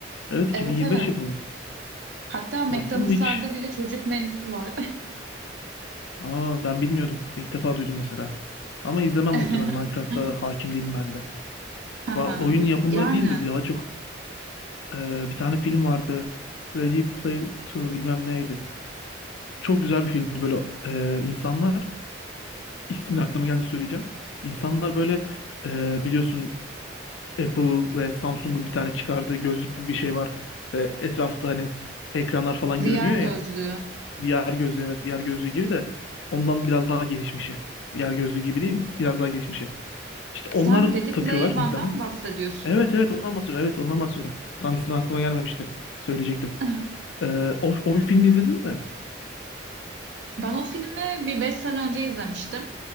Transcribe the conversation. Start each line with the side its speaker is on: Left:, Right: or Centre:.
Left: Evet 2025
Right: Evet evet.
Left: yapımı.
Right: Hatta McDonald's'larda
Left: Baktım da hiç.
Right: bile çocuk menüsü var.
Left: Aa ben bilmiyordum. İlk defa duydum mesela. Ama izlemem
Right: <laughs>
Left: muhtemelen. Minecraft'a hakim değilim ben de.
Right: Haha.
Left: Va- Oyun yapımları
Right: Yani
Left: değil de daha çok e, bir tane film vardı. Ready Play 2 bilmem neydi. Çok güzel bir filmdi böyle e, insanlar. ismini aklıma geldi söyleyeceğim. İnsanlar böyle e, biliyorsun Apple ve Samsung'un bir tane çıkardığı gözlük gibi bir şey var ve etrafta hani ekranlar falan
Right: VR
Left: görünüyor ya.
Right: gözlüğü.
Left: VR gözlüğü evet VR gözlüğü gibi de ondan biraz daha gelişmişi. VR gözlüğü gibi değil biraz daha gelişmişi. İşte
Right: Sen
Left: onlar
Right: Ready
Left: takıyorlar
Right: Player One'dan
Left: insanlar.
Right: bahsediyorsun.
Left: Evet evet ondan bahsediyorum. Evet ondan bahsediyorum. Tam ismi aklıma gelmemişti. Söyleyecektim.
Right: <laughs>
Left: Ee, o, o filmi izledin mi?
Right: Ben o filmi bir beş sene önce izlemiştim.